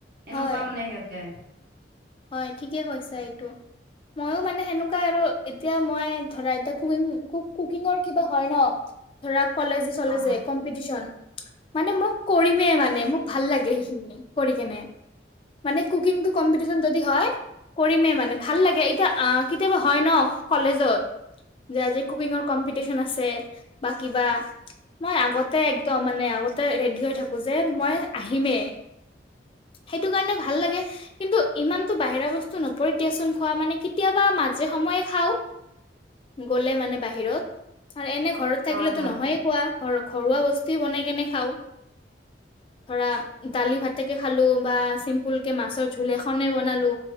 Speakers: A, on the right; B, on the left.
A: এনেকুৱা
B: হয়
A: মানে সিহঁতে
B: হয় ঠিকে কৈছা এইটো। মইয়ো মানে সেনেকুৱাই আৰু এতিয়া মই ধৰা এতিয়া কুকিং কুকিঙৰ। কিবা হয় ন ধৰা কলেজে চলেজে
A: অ
B: কম্পিটিচন মানে মোক কৰিমেই মানে মোক ভাল লাগে সেইখিনি কৰি কেনে মানে কুকিংটো কম্পি কম্পিটিচন যদি হয় কৰিমে মানে ভাল লাগে এতিয়া অ কেতিয়াবা হয় ন। কলেজত যে আজি কুকিঙৰ কম্পিটিচন আছে বা কিবা মই আগতে একদম মানে আগতে। ৰেডি হৈ থাকোঁ যে মই আহিমেই সেইটো কাৰণে ভাল লাগে। কিন্তু ইমানতো বাহিৰা বস্তু নপৰিত দিয়াচোন খোৱা মানে কেতিয়াবা মাজে সময়ে খাওঁ। গ'লে মানে বাহিৰত। আৰু এনে ঘৰত
A: হয়
B: থাকিলেতো
A: হয়
B: নহয়ে খোৱা ঘ ঘৰুৱা বস্তু বনাই কেনে খাওঁ। ধৰা দালি ভাতকে খালোঁ বা চিম্পুল কে মাছৰ জোল এখনে বনালো।